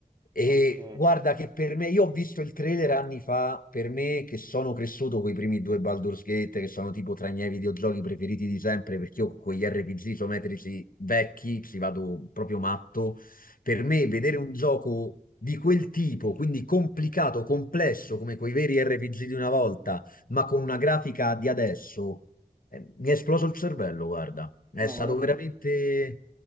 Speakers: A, on the left; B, on the right.
A: E
B: ok.
A: guarda che per me, io ho visto il trailer anni fa, per me che sono cresciuto con i primi due Baldur's Gate, che sono tipo tra i miei videogiochi preferiti di sempre, perché io con gli RPG isometrici vecchi ci vado proprio matto. Per me vedere un gioco di quel tipo, quindi complicato, complesso, come quei veri RPG di una volta, ma con una grafica di adesso, eh, mi è esploso il cervello, guarda. È
B: No,
A: stato
B: ma adesso
A: veramente